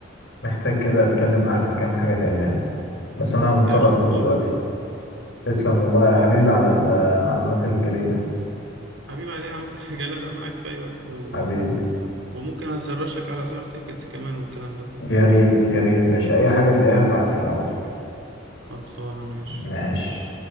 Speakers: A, on the left; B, on the right.
A: محتاج كده اتكلم معاك في كام حاجة تاني يعني بس انا مضطر
B: يا باشا
A: اقفل
B: تحت
A: دلوقتي
B: امرك
A: تسلم والله يا حبيبي على المعلومات الجميلة
B: حبيبي علي انا عملت <laughs> حاجه لا لا معاك في اي وقت و...
A: حبيبي
B: وممكن اسرش لك على اسعار تيكتس كمان والكلام ده
A: يا ريت يا ريت ماشي اي حاجة تلاقيها ابعتها لي على طول
B: خلصانه ماشي
A: ماشي